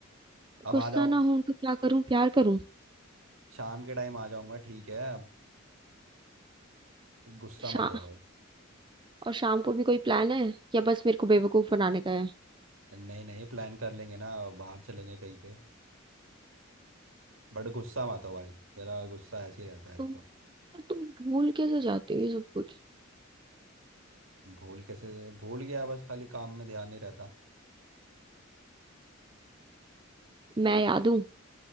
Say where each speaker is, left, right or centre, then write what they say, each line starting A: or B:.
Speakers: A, on the right; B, on the right.
A: अब
B: गुस्सा
A: आ जाऊं
B: ना हूं तो क्या करूं प्यार करूं
A: शाम के टाइम आ जाऊंगा ठीक है अब गुस्सा
B: शा
A: मत हो भाई
B: और शाम को भी कोई प्लान है या बस मेरे को बेवकूफ बनाने का है
A: नहीं नहीं प्लान कर लेंगे ना बाहर चलेंगे कहीं पे बट गुस्सा मत हो भाई तेरा गुस्सा ऐसे ही रहता है एक
B: तुम
A: तो
B: तुम भूल कैसे जाते हो ये सब कुछ
A: भूल कैसे भूल गया बस खाली काम में ध्यान नहीं रहता
B: मैं याद हूँ